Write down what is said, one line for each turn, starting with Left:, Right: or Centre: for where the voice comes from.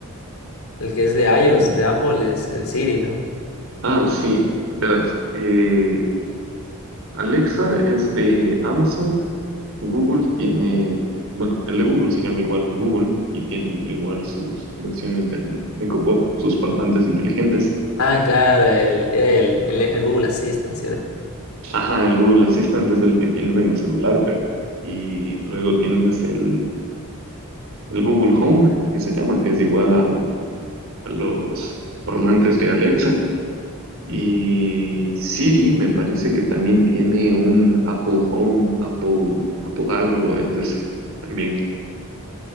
Left: el que es de iOS,
Right: El-
Left: de Apple, es el Siri, ¿no?
Right: Ah, sí, verás, eh, Alexa es de Amazon, Google tiene, bueno, el de Google se llama igual Google y tienen igual sus versiones del Echo Pop, sus parlantes inteligentes.
Left: Ah, claro, el, era el, el- el Google Assistant, ¿cierto?
Right: Ajá, el Google Assistant es el que tienes en el celular, pero. Y luego tienes el, el Google Home, que se llama, que es igual al- a los parlantes de Alexa. Y Siri me parece que también tiene un Apple Home, Apple, Apple algo es de ese también,